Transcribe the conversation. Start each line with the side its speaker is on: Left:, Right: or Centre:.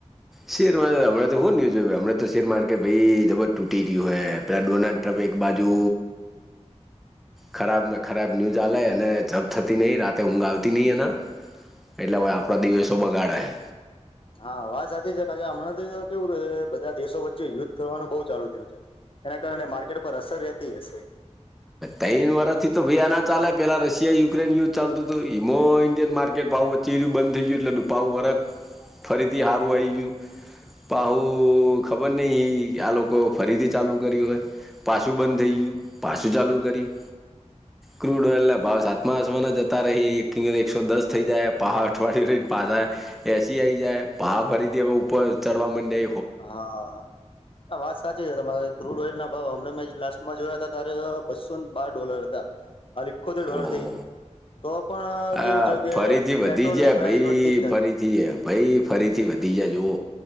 Centre: શેર મા હણાં તો હું ન્યુઝય હમણા તો શેર માર્કેટ ભાઈ જબર તૂટી રહ્યું હૈ. પલા ડોનાલ્ડ ટ્રમ્પ એક બાજુ ખરાબ ને ખરાબ ન્યૂઝ આલે અને જપ થતી નહી રાતે ઊંઘ આવતી નહી એના. એટલે હવે આપણા દિવસો બગાડાય.
Left: હા વાત સાચી છે કાર કે હમણાંથી તો કેવું બધા દેશો વચ્ચે યુદ્ધ કરવાનું બહુ ચાલુ થયું છે. એના કારણે માર્કેટ પર અસર રહેતી હશે.
Centre: તેન વર્ષ થી તો ભયા ના ચા પેલા રશિયા યુક્રેન યુદ્ધ ચાલતું તું મો ઇન્ડિયન માર્કેટ પાાવ વચ્ચીયું બંધ થઈ ગયું એટલે પાાવ વરખ ફરીથી સારું આવી ગયું પહુ ખબર નહ આ લોકો ફરીથી ચાલુ કરી્યું હોય. પાછું બંધ થઈ ગયું. શું ચાલુ કર્યું ક્રૂડ ઓઇલ ના ભાવ સાતમા આસવાના જતા રહી એક એકસો દસ થઈ જાય પહા અઠવાડય રને પાછ એસી આઈ જાય પાવ ફરીથી હવે ઉપર ચડવા માંડે.
Left: હા આ વાત સાચી તમારી ક્રૂડ ઓઈલ ના ભાવ હમં મેં લાસ્ટમાં જોયા હતા તારે બસો ને બાર ડોલર. લખો ડોર
Centre: ઓહો
Left: થઈ જ તો પણ
Centre: હા
Left: કેવું છે કે
Centre: ફરીથી વધી
Left: પેટ્રોલ
Centre: ગયા
Left: ની પ્રાઇસ
Centre: ભાઈ
Left: વધતી જ નથી.
Centre: ફરીથી ભાઈ ફરીથી વધી જ જોઓ